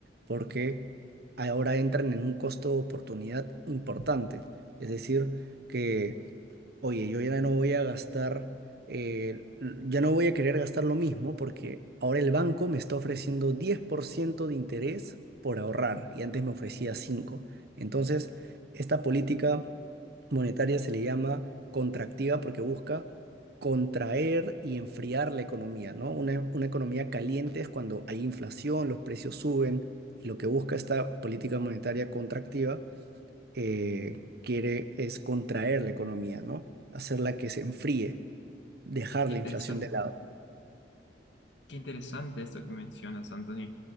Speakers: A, on the right; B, on the left.
A: porque ahora entran en un costo de oportunidad importante. Es decir, que oye, yo ya no voy a gastar, eh, l- ya no voy a querer gastar lo mismo porque ahora el banco me está ofreciendo 10% de interés por ahorrar y antes me ofrecía 5%. Entonces, esta política monetaria se le llama contractiva porque busca contraer y enfriar la economía, ¿no? Una, una economía caliente es cuando hay inflación, los precios suben y lo que busca esta política monetaria contractiva eh, quiere es contraer la economía, ¿no? Hacerla
B: Qué
A: que se enfríe, dejar
B: interesante,
A: la inflación de lado.
B: qué interesante esto que mencionas, Anthony.